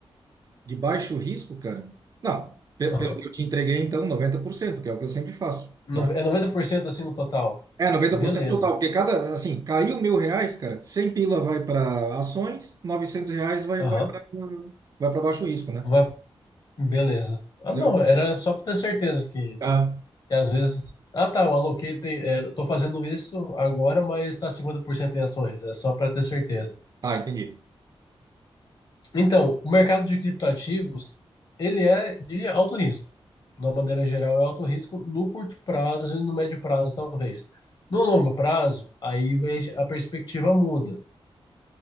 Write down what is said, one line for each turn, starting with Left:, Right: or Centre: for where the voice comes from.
Right: de baixo risco, cara? Não, pe-
Left: Aham.
Right: pelo que eu te entreguei, então, 90% que é o que eu sempre faço.
Left: No-
Right: né?
Left: É 90% assim no total?
Right: É, noventa
Left: Beleza.
Right: por cento total, porque cada, assim, caiu mil reais, cara, 100 pila vai para ações, 900 reais vai,
Left: Aham.
Right: vai para vai para baixo risco, né?
Left: Vai- Beleza. Ah,
Right: Entendeu?
Left: não, era só para ter certeza que,
Right: Ah,
Left: que às vezes. Ah, tá, eu aloquei, tem, é, eu tô fazendo isso agora, mas está 50% em ações. É só para ter certeza.
Right: Ah, entendi.
Left: Então, o mercado de criptoativos, ele é de alto risco. De uma maneira geral, é alto risco no curto prazo e no médio prazo, talvez. No longo prazo, aí vem- a perspectiva muda.